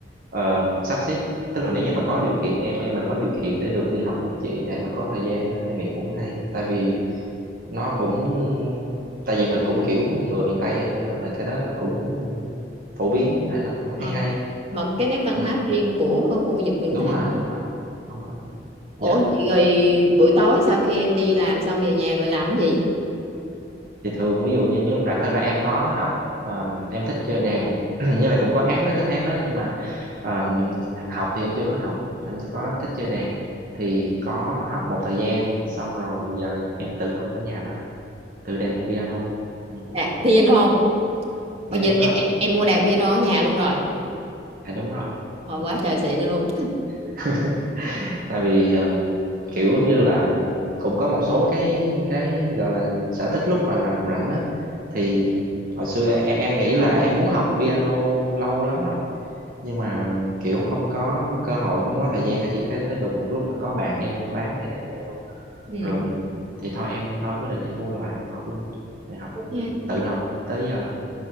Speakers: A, on the right; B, on the right.
A: ờ, sắp xếp tức là nếu như mà có điều kiện em em mà có điều kiện để được đi học như chị vậy mà có thời gian á em nghĩ cũng hay tại vì nó cũng tại vì mình cũng kiểu người miền Tây á cho nên là cái đó nó cũng phổ biến là nó cũng hay
B: Rồi,
A: hay
B: một cái nét văn
A: Ừ.
B: hóa riêng của khu vực miền
A: đúng
B: Tây
A: rồi đúng rồi đúng rồi
B: ủa
A: dạ
B: chị rồi buổi tối sau khi em đi làm xong về nhà rồi làm cái gì
A: thì thường ví dụ như những lúc rảnh thật ra em có học ờm, em thích chơi đàn <clears throat> như là cũng có hát đó thích hát đó nhưng mà ờm, học thì em chưa có học em có thích chơi đàn thì có học một thời gian xong rồi giờ thì em tự học ở nhà thôi tự đàn piano ừ.
B: nè piano Ủa
A: dạ
B: vậy
A: đúng
B: là em,
A: rồi
B: em em mua đàn piano ở nhà luôn rồi
A: dạ đúng rồi
B: hồi quá trời xịn luôn
A: <laughs> tại vì um, kiểu giống như là cũng có một số cái cái gọi là sở thích lúc mà làm rảnh á thì hồi xưa em em nghĩ là em muốn học piano lâu lắm rồi nhưng mà kiểu không có cơ hội cũng không có thời gian á chị cái tới đùng một lúc là có bạn em bán cái đàn piano
B: ừ
A: rồi thì thôi em thôi em quyết định em mua lại em học luôn thì học
B: cũng
A: ừ,
B: hay
A: tự học tới giờ luôn